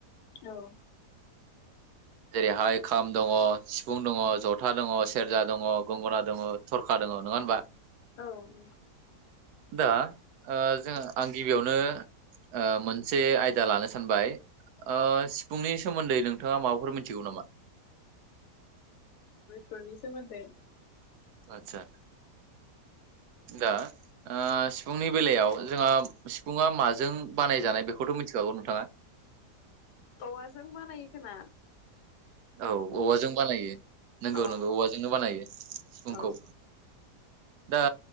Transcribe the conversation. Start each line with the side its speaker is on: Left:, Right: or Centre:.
Left: औ
Right: जेरैहाय खाम दङ, सिफुं दङ, जथा दङ, सेरजा दङ, गंगना दङ, थरखा दङ नङा होनबा?
Left: औ ओं।
Right: दा ओ जोङो आं गिबियावनो ओ मोनसे आय दा लानो सानबाय। ओ सिफुंनि सोमोन्दै नोंथाङा माबाफोर मिथिगौ नामा?
Left: फोरनि सोमोन्दै।
Right: आतसा दा ओ सिफुंनि बेलायाव जोंहा सिफुङा माजों बानायजानाय बेखौथ' मिथिखागौ नोंथाङा?
Left: औवाजों बानायो खोना।
Right: औ औवाजों बानायो। नोंगौ
Left: औ
Right: नोंगौ। औवाजोंनो बानायो सिफुंखौ।
Left: औ
Right: दा